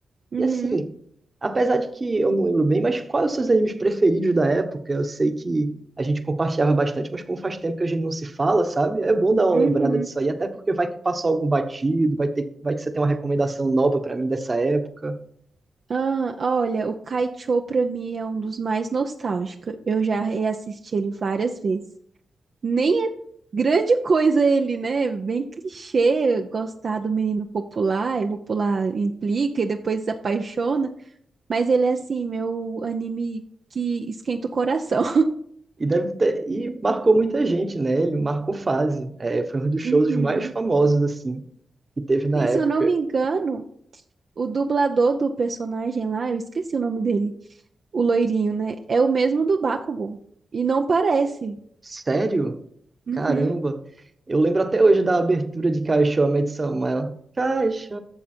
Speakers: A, on the right; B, on the right.
A: Uhum,
B: E assim, apesar de que eu não lembro bem, mas quais os seus animes preferidos da época? Eu sei que a gente compartilhava bastante, mas como faz tempo que a gente não se fala, sabe? É bom dar
A: uhum.
B: uma lembrada disso aí, até porque vai que passou algum batido, vai ter, vai que você tem uma recomendação nova pra mim dessa época.
A: Ah, olha, o Kai Cho pra mim é um dos mais nostálgicos. Eu já reassisti ele várias vezes. Nem é grande coisa ele, né? Bem clichê gostar do menino popular, e o popular implica e depois se apaixona. Mas ele é assim, meu anime que esquenta o coração.
B: E deve ter, e marcou muita gente, né? Ele marcou fase. É, foi um dos shows
A: <laughs> Uhum.
B: mais famosos assim que teve na
A: E
B: época.
A: se eu não me engano, o dublador do personagem lá, eu esqueci o nome dele, o loirinho, né? É o mesmo do Bakugan. E não parece.
B: Sério?
A: Uhum.
B: Caramba! Eu lembro até hoje da abertura de Kaixo Sama. Ela, Kaixo